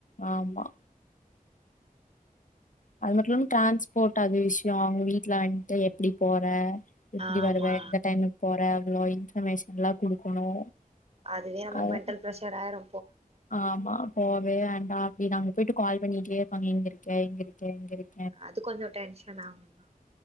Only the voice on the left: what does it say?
ஆமா அவுங்கட்டலா டிரான்ஸ்போர்ட் அது விஷயோ அவுங்க வீட்ல வந்துட்டு எப்டி போற எப்டி
வருவ எந்த டைமுக்கு போற அவ்ளோ இன்ஃபர்மேஷன்ல்லா குடுக்கணு
அது
ஆமா போவே வேண்டா அப்டி நாங்க போயிட்டு கால் பண்ணிட்டேருப்பாங்க எங்க இருக்க எங்க இருக்க எங்க இருக்